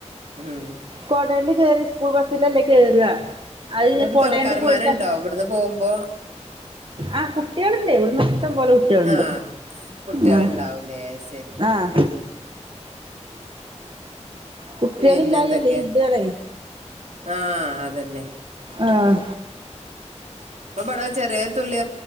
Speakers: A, on the right; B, on the right.
A: ഉം
B: കൊടെല് കേറി സ്കൂൾ ബസ്സിൽ ല്ലേ കേറ കൊട അയ്
A: ഇങ്ങട്ട്
B: കൊടേണ്ട്
A: തൊണക്കാരന്മാരുണ്ടോ
B: പോയിട്ട
A: ഇവിടുന്ന് പോകുമ്പോ
B: ആഹ് കുട്ടിൾ ണ്ടെ ഇവിടന്ന് ഇഷ്ടം പോലെ കുട്ട ട്ട്യാൾണ്ട്
A: ആഹ് കുട്ട്യാള്ണ്ടാവുംല്ലേ
B: ആഹ്
A: അത് ശരി
B: ആഹ് കുട്ടിൾ
A: പിന്നെ
B: ഇല്ലായില്ലേ
A: എന്തൊക്കെ
B: ഈ താണേ
A: ആഹ് അതന്നെ
B: ആഹ്
A: ഇപ്പൊ ഇബടെ ചെറിയ തുള്ളി